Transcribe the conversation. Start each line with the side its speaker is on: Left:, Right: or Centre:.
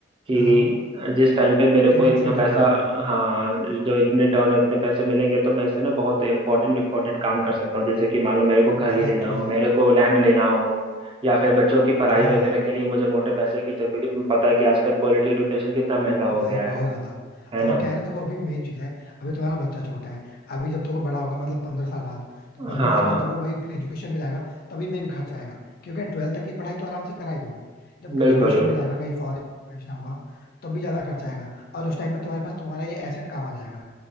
Right: कि
Left: हाँ
Right: जिस टाइम पे मेरे
Left: टेन
Right: को इतना
Left: एक्स रिटर्न
Right: पैसा
Left: बना लिया
Right: हाँ जो इतने रिटर्न और इतने पैसे मिलेंगे तो मैं इससे ना बहुत इंपॉर्टेंट इंपॉर्टेंट काम कर सकता हूँ जैसे कि मान लो मेरे को घर
Left: एग्जैक्टली
Right: ही लेना हो
Left: exactly,
Right: मेरे को लैंड लेना हो या फिर बच्चों की पढ़ाई
Left: हाँ
Right: वगैरह के लिए मुझे मोटे पैसे की जरूरत क्योंकि तुम्हें पता है कि आजकल क्वालिटी एडुकेशन कितना महंगा हो
Left: भाई
Right: गया है
Left: बहुत ज्यादा
Right: है
Left: और
Right: ना
Left: क्या है ना देखो अभी मेन चीज है अभी तुम्हारा बच्चा छोटा है अभी जब तक वो बड़ा होगा मतलब पंद्रह साल बाद तो पंद्रह
Right: हाँ
Left: साल बाद जब वो भाई ग्रेजुएशन में जाएगा तभी मेन खर्च आएगा क्योंकि ट्वेल्थ तक की पढ़ाई तो आराम से करा ही दोगे जब ग्रेजुएशन
Right: बिल्कुल
Left: में जाएगा कहीं फॉरेन ना हुआ तब भी ज्यादा खर्च आएगा और उस टाइम पे तुम्हारे पास तुम्हारा ये एसेट काम आ जाएगा